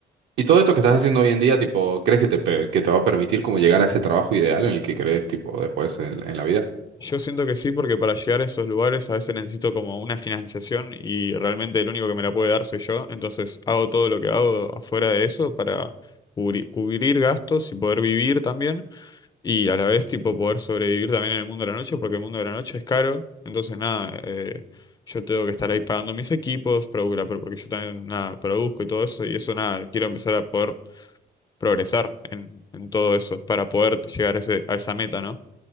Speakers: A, on the right; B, on the left.
A: y todo esto que estás haciendo hoy en día, tipo, ¿crees que te, pe- que te va a permitir como llegar a ese trabajo ideal en el que crees, tipo, después en en la vida?
B: Yo siento que sí, porque para llegar a esos lugares a veces necesito como una financiación y realmente el único que me la puede dar soy yo, entonces hago todo lo que hago afuera de eso para cubri- cubrir gastos y poder vivir también. Y a la vez, tipo, poder sobrevivir también en el mundo de la noche, porque el mundo de la noche es caro. Entonces, nada, eh, yo tengo que estar ahí pagando mis equipos, produ- la- porque yo también, nada, produzco y todo eso. Y eso, nada, quiero empezar a poder progresar en, en todo eso para poder llegar a, ese, a esa meta, ¿no?